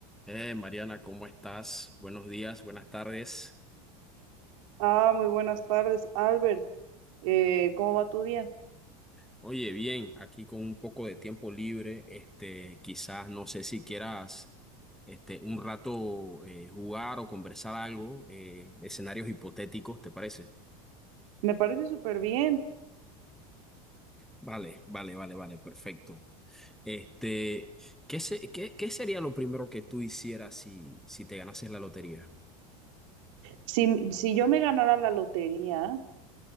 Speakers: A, in the centre; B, on the right.
A: Eh, Mariana, ¿cómo estás? Buenos días, buenas tardes.
B: Ah, muy buenas tardes, Albert. Eh, ¿cómo va tu día?
A: Oye, bien, aquí con un poco de tiempo libre, este, quizás no sé si quieras, este, un rato eh, jugar o conversar algo, eh, escenarios hipotéticos, ¿te parece?
B: Me parece súper bien.
A: Vale, vale, vale, vale, perfecto. Este, ¿qué se- qué, qué sería lo primero que tú hicieras si, si te ganases la lotería?
B: Si, si yo me ganara la lotería,